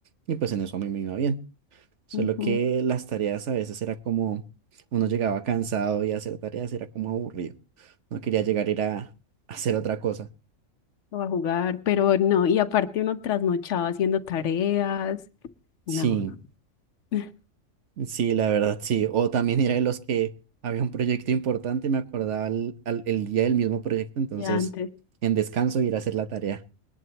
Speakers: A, on the right; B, on the left.
A: Y pues en eso a mí me iba bien. Solo
B: ujú.
A: que las tareas a veces era como, uno llegaba cansado y hacer tareas era como aburrido. No quería llegar a ir a, a hacer otra cosa.
B: O a jugar, pero no, y aparte uno trasnochaba haciendo tareas. No,
A: Sí,
B: no. <laughs>
A: sí, la verdad, sí. O también era de los que había un proyecto importante y me acordaba el, al- el día del mismo proyecto, entonces
B: Ya antes.
A: en descanso ir a hacer la tarea.